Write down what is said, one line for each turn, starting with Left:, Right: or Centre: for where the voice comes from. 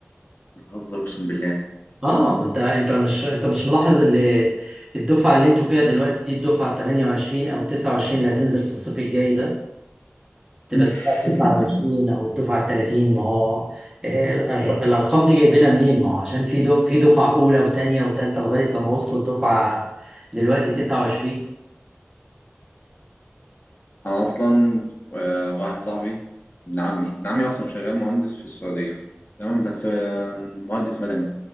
Left: بتهزر اقسم بالله
Right: اه ما انت انت مش انت مش ملاحظ اللي الدفعة اللي انتوا فيها دلوقتي دي الدفعة ال 28 او 29 اللي هتنزل في الصيف الجاي ده تبقى
Left: <laughs>
Right: الدفعه 29 او الدفعه ال 30 ما هو ال- ال- الارقام دي جايبينها منين ما هو عشان في دو في دفعه اولى وثانيه وثالثه لغايه لما وصلوا الدفعه دلوقتي 29
Left: انا اصلا آه، واحد صاحبي ابن عمي ابن عمي اصلا شغال مهندس في السعودية تمام بس آه، مهندس مدني